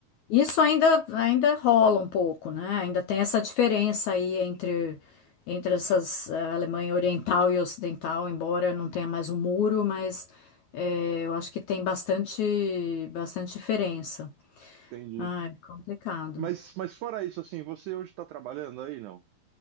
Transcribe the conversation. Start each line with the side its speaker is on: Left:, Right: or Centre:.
Left: isso ainda, ainda rola um pouco, né? Ainda tem essa diferença aí entre, entre essas eh, Alemanha Oriental e Ocidental, embora não tenha mais o muro, mas eh, eu acho que tem bastante, bastante diferença.
Right: entendi.
Left: Ah, é complicado.
Right: Mas, mas fora isso, assim, você hoje está trabalhando aí, não?